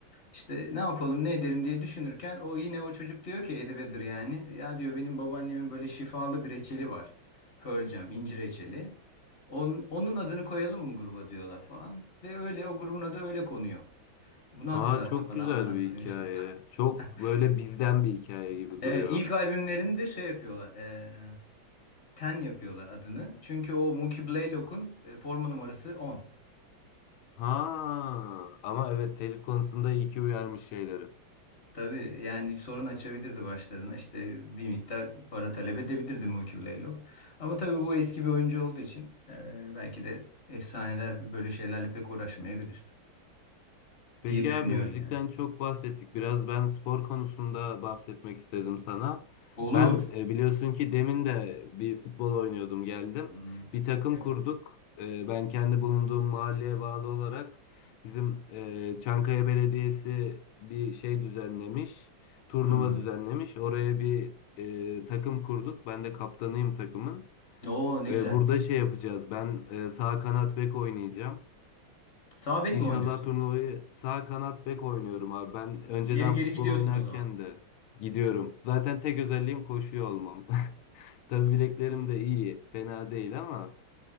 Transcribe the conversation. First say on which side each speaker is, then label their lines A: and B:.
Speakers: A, on the left (about 35°); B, on the left (about 80°).
A: İşte ne yapalım ne edelim diye düşünürken o yine o çocuk diyor ki Eddie Vedder yani ya diyor benim babaannemin böyle şifalı bir reçeli var. Pearl Jam, incir reçeli. Onun, onun adını koyalım mı gruba diyorlar falan. Ve öyle o grubun adı öyle konuyor. Bunu hatırlattı
B: Aa çok
A: bana
B: güzel
A: anlattığın
B: bir hikaye.
A: şey.
B: Çok
A: <laughs>
B: böyle bizden bir hikaye gibi
A: Evet
B: duruyor.
A: ilk albümlerini de şey yapıyorlar. eee, Ten yapıyorlar adını. Çünkü o Mookie Blaylock'un e, forma numarası 10.
B: Ha ama evet telif konusunda iyi ki uyarmış şeyleri.
A: Tabii yani sorun açabilirdi başlarına. İşte bir miktar para talep edebilirdi Mookie Blaylock. Ama tabii bu eski bir oyuncu olduğu için e, belki de efsaneler böyle şeylerle pek uğraşmayabilir
B: Peki
A: diye düşünüyorum
B: abi müzikten
A: yani.
B: çok bahsettik. Biraz ben spor konusunda bahsetmek istedim sana.
A: Olur.
B: Ben e, biliyorsun ki demin de bir futbol oynuyordum geldim.
A: Hmm.
B: Bir takım
A: Evet.
B: kurduk. E, ben kendi bulunduğum mahalleye bağlı olarak bizim e, Çankaya Belediyesi bir şey düzenlemiş. Turnuva
A: Hmm.
B: düzenlemiş. Oraya bir e, takım kurduk. Ben de kaptanıyım takımın.
A: Oo ne
B: E,
A: güzel.
B: burada şey yapacağız. Ben e, sağ kanat bek oynayacağım.
A: Sağ bek
B: İnşallah
A: mi oynuyorsun?
B: turnuvayı sağ kanat bek oynuyorum abi. Ben
A: yani?
B: önceden
A: İleri geri
B: futbol
A: gidiyorsun
B: oynarken
A: o zaman.
B: de gidiyorum. Zaten tek özelliğim koşuyor olmam. <laughs> Tabii bileklerim de iyi, fena değil ama